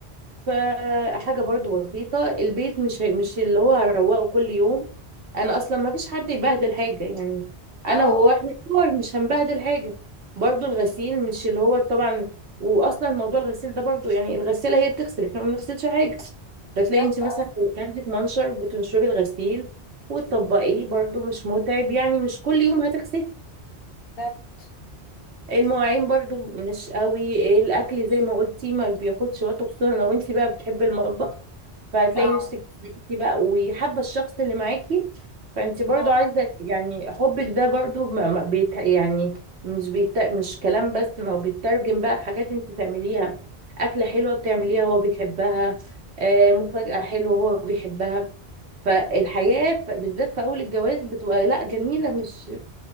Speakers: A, on the right; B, on the left.
A: فحاجة برضو بسيطة البيت مش مش اللي هو هروقه كل يوم انا اصلا ما فيش حد يبهدل حاجة يعني انا
B: اه
A: وهو احنا كبار مش هنبهدل حاجة برضو الغسيل مش اللي هو طبعا واصلا موضوع الغسيل ده برضو يعني الغسالة هي بتغسل احنا ما بنغسلش حاجة فتلاقي
B: بالظبط
A: انت مثلا
B: اه
A: لو عندك منشر بتنشري الغسيل وتطبقيه برضو مش متعب يعني مش كل يوم هتغسلي
B: بالظبط
A: المواعين برضو مش قوي إيه، الاكل زي ما قلتي ما بياخدش وقت خصوصا لو انت بقى بتحبي المطبخ فهتلاقي
B: اه
A: نفسك انتي بقى وحابه الشخص اللي معاكي فانت برضو
B: اه
A: عايزه يعني حبك ده برضو ما ما بيت يعني مش بيت مش كلام بس ما هو بيترجم بقى في حاجات انت تعمليها اكله حلوه بتعمليها هو بيحبها آه، مفاجاه حلوه هو بيحبها فالحياه ف- بالذات في اول الجواز بتبقى لا جميله مش